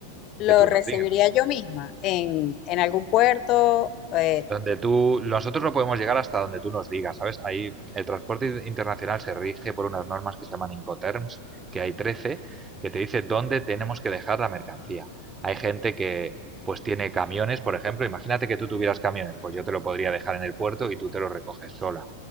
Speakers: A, on the left; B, on the right.
A: lo
B: que tú
A: recibiría
B: nos digas.
A: yo misma en, en algún puerto. eh,
B: Donde tú, nosotros no podemos llegar hasta donde tú nos digas, ¿sabes? Ahí el transporte in- internacional se rige por unas normas que se llaman Incoterms, que hay 13, que te dice dónde tenemos que dejar la mercancía. Hay gente que pues tiene camiones, por ejemplo, imagínate que tú tuvieras camiones, pues yo te lo podría dejar en el puerto y tú te lo recoges sola.